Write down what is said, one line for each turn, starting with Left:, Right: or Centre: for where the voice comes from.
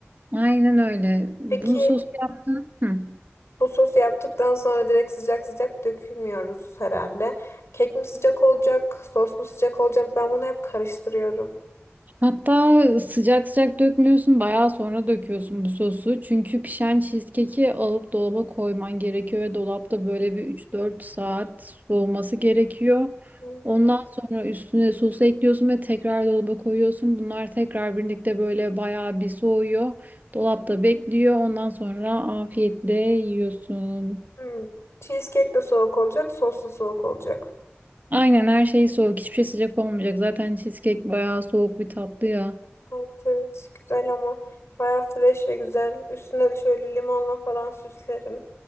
Right: Aynen öyle. Bunu
Left: Peki
Right: sos yaptın. Hı.
Left: Bu sosu yaptıktan sonra direkt sıcak sıcak dökmüyoruz herhalde. Kek mi sıcak olacak, sos mu sıcak olacak? Ben bunu hep karıştırıyorum.
Right: Hatta sıcak sıcak dökmüyorsun, bayağı sonra döküyorsun bu sosu. Çünkü pişen cheesecake'i alıp dolaba koyman gerekiyor ve dolapta böyle bir üç dört saat soğuması gerekiyor.
Left: Hmm.
Right: Ondan sonra üstüne sosu ekliyorsun ve tekrar dolaba koyuyorsun. Bunlar tekrar birlikte böyle bayağı bir soğuyor. Dolapta bekliyor. Ondan sonra afiyetle yiyorsun.
Left: Hmm. Cheesecake de soğuk olacak, sos da soğuk olacak.
Right: Aynen her şey soğuk. Hiçbir şey sıcak olmayacak. Zaten cheesecake bayağı soğuk bir tatlı ya.
Left: Evet, evet. Güzel ama bayağı fresh ve güzel. Üstüne de şöyle limonla falan süslerim.